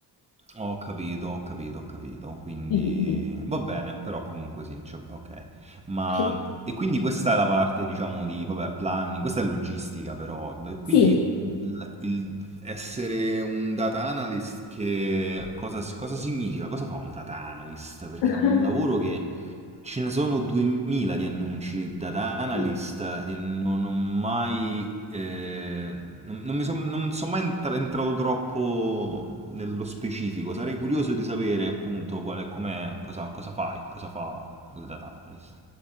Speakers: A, on the right; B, on the left.
A: Ho capito, ho capito, ho capito. Quindi
B: Mhm.
A: va bene, però comunque sì, cioè, ok. Ma
B: Sì.
A: e quindi questa è la parte, diciamo, di vabbè, planning, questa è logistica però. Beh, Quindi
B: Sì.
A: il, il essere un data analyst che cosa, si- cosa significa? Cosa fa un data analyst? Perché
B: <laughs>
A: è un lavoro che Ce ne sono 2000 di annunci da analyst
B: Sì.
A: e non ho mai... eh, non, non mi son- non sono mai entra- entrato troppo nello specifico. Sarei curioso di sapere appunto qual è, com'è, cosa, cosa fai, cosa fa il data analyst.